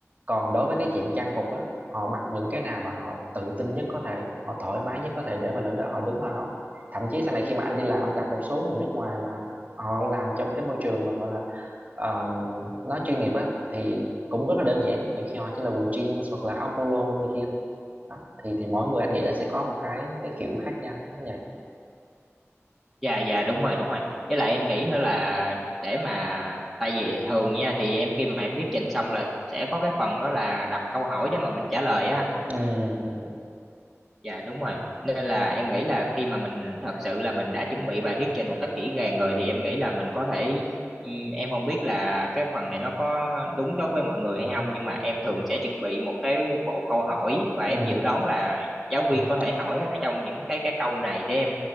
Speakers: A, on the right (about 35°); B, in the centre.
A: còn đối với cái chuyện trang phục á họ mặc những cái nào mà họ tự tin nhất có thể họ thoải mái nhất có thể để mà lên đó họ đứng họ nói thậm chí sau này khi mà anh đi làm anh gặp một số người nước ngoài mà họ làm trong cái môi trường mà gọi là Ờ, nói chuyên nghiệp á thì cũng rất là đơn giản nhiều khi họ chỉ là quần jeans hoặc là áo polo này kia thôi đó. thì thì mỗi người anh nghĩ là sẽ có một cái cái kiểu khác nhau đúng vậy
B: Dạ dạ đúng rồi đúng rồi. Với lại em nghĩ nữa là để mà tại vì thường nha thì em khi mà em thuyết trình xong là sẽ có cái phần đó là đặt câu hỏi để mà mình trả lời á anh.
A: ừ ừ
B: Dạ đúng rồi. Nên là em nghĩ là khi mà mình thật sự là mình đã chuẩn bị bài thuyết trình một cách kỹ càng rồi thì em nghĩ là mình có thể ừm, em không biết là cái phần này nó có đúng đối với mọi người hay không nhưng mà em thường sẽ chuẩn bị một cái bộ câu hỏi và
A: ừ
B: em dự đoán là giáo
A: ừ
B: viên có thể hỏi ở trong những cái cái câu này để em